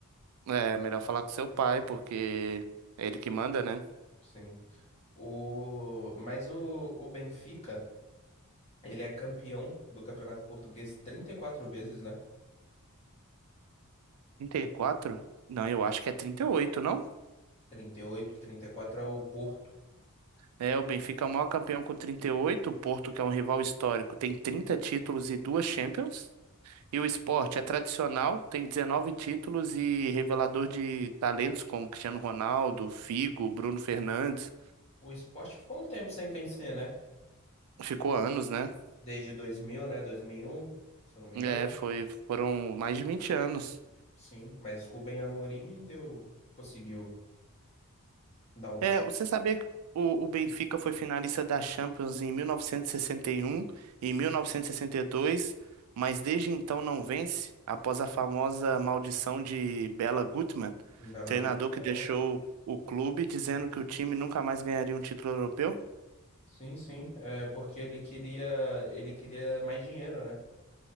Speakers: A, on the right; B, on the left.
A: É melhor falar com seu pai, porque é ele que manda, né?
B: Sim. O, mas o, o Benfica, ele é campeão do Campeonato Português 34 vezes, né?
A: 34? Não, eu acho que é 38, não?
B: Trinta trinta e oito, trinta e quatro é o Porto.
A: É, o Benfica é o maior campeão com 38, o Porto, que é um rival histórico, tem 30 títulos e duas Champions. E o Sport é tradicional, tem 19 títulos e revelador de talentos como Cristiano Ronaldo, Figo, Bruno Fernandes.
B: O esporte ficou um tempo sem vencer, né?
A: Ficou anos, né?
B: Desde 2000, né? 2001, se eu não me engano.
A: É, foi, foram mais de 20 anos.
B: Sim, mas Rubem Amorim deu, conseguiu dar um
A: É,
B: título
A: você sabia que o, o Benfica foi finalista da Champions em 1961 e 1962, mas desde então não vence, após a famosa maldição de Bela Gutmann,
B: em Belo
A: treinador
B: Horizonte,
A: que
B: né?
A: deixou o clube dizendo que o time nunca mais ganharia um título europeu?
B: Sim, sim, é porque ele queria, ele queria mais dinheiro, né?